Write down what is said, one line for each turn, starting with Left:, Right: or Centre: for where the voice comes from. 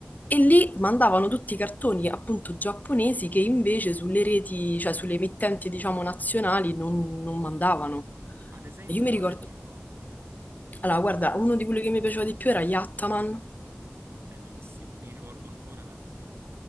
Left: E lì mandavano tutti i cartoni appunto giapponesi che invece sulle reti, cioè sulle emittenti diciamo nazionali non, non mandavano.
Right: Ad esempio,
Left: E io mi
Right: quale
Left: ricordo,
Right: ti ricordi?
Left: allora guarda, uno di quelli che mi piaceva di più era Yattaman
Right: Bellissimo, mi ricordo ancora la sigla.